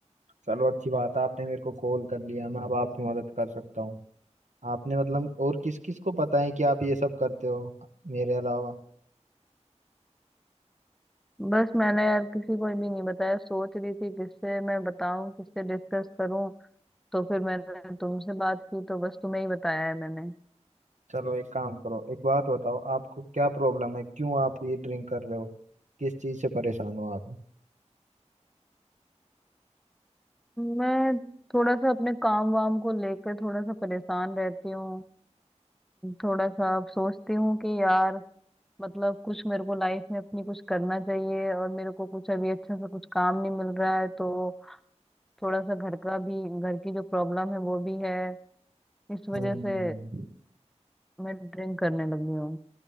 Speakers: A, on the right; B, in the centre.
A: चलो अच्छी बात है आपने मेरे को कॉल कर लिया मैं अब आपकी मदद कर सकता हूँ आपने मतलब और किस किस को पता है कि आप ये सब करते हो मेरे अलावा
B: बस मैंने यार किसी को भी नहीं बताया सोच रही थी किससे मैं बताऊं किससे डिस्कस करूं तो फिर मैंने तुमसे बात की तो बस तुम्हें ही बताया है मैंने
A: चलो एक काम <laughs> करो एक बात बताओ आपको क्या प्रॉब्लम है क्यों आप ये ड्रिंक कर रहे हो किस चीज से परेशान हो आप
B: मैं थोड़ा सा अपने काम वाम को लेकर थोड़ा सा परेशान रहती हूँ थोड़ा सा अब सोचती हूँ कि यार मतलब कुछ मेरे को लाइफ में अपनी कुछ करना चाहिए और मेरे को कुछ अभी अच्छा सा कुछ काम नहीं मिल रहा है तो थोड़ा सा घर का भी घर की जो प्रॉब्लम है वो भी है इस वजह
A: हम्म
B: से मैं ड्रिंक करने लगी हूँ